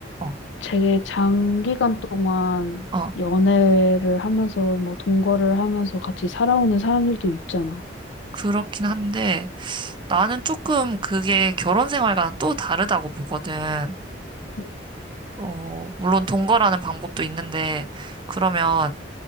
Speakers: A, on the right (about 25°); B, on the left (about 75°).
A: 어,
B: 되게 장기간 동안
A: 어,
B: 연애를 하면서 뭐 동거를 하면서 같이 살아오는 사람들도 있잖아.
A: 그렇긴 한데, 나는 조금 그게 결혼 생활과는 또 다르다고 보거든.
B: 음.
A: 어, 물론 동거라는 방법도 있는데, 그러면